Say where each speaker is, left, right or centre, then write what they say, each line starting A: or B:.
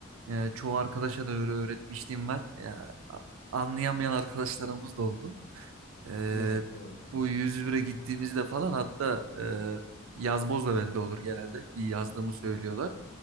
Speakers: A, on the right; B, on the left.
A: Ee, çoğu arkadaşa da öyle öğretmişliğim var. Ya, a- anlayamayan arkadaşlarımız da oldu. Ee,
B: Doğru, doğru kankam.
A: bu 101'e gittiğimizde falan hatta e, yazboz da bende olur genelde. İyi yazdığımı söylüyorlar.